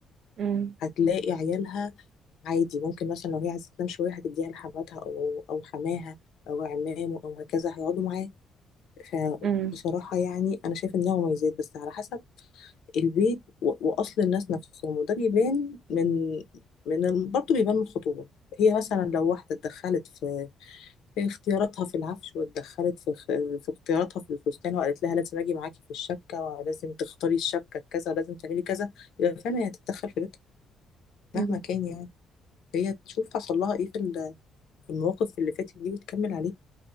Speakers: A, on the right; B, on the left.
A: امم
B: هتلاقي عيالها عادي ممكن مثلا لو هي عايزة تنام شوية هتديها لحماتها او او حماها او عمامه او هكذا هيقعدوا معاه فبصراحة
A: امم
B: يعني أنا شايفة إن ليها مميزات بس على حسب البيت و- وأصل الناس نفسهم وده بيبان من من ال- برضه بيبان من الخطوبة هي مثلا لو واحدة اتدخلت في في اختياراتها في العفش واتدخلت في خ- في اختياراتها في الفستان وقالت لها لازم أجي معاكي في الشبكة ولازم تختاري الشبكة كذا ولازم تعملي كذا يبقى فعلا هي تتدخل في بيتها
A: امم
B: مهما كان يعني هي تشوف حصل لها إيه في ال- في المواقف اللي فاتت دي وتكمل عليه